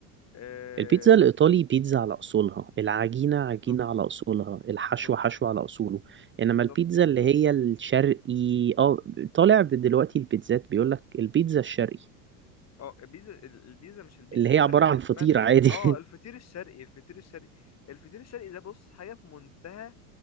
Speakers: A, on the left; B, on the right.
A: آه
B: البيتزا الإيطالي بيتزا على أصولها العجينة عجينة
A: بالظبط
B: على أصولها الحشو
A: بالظبط
B: حشو على أصوله إنما
A: بالظبط
B: البيتزا اللي هي الشرقي اه طالع دلوقتي البيتزات بيقولك البيتزا الشرقي
A: اه البيتزا ال- البيتزا مش البيتزا
B: اللي هي
A: الشرقي
B: عبارة عن
A: اسمها
B: فطير
A: ال... ال-
B: عادي
A: اه
B: <laughs>
A: الفطير الشرقي الفطير الشرقي الفطير الشرقي ده بص حاجه في منتهى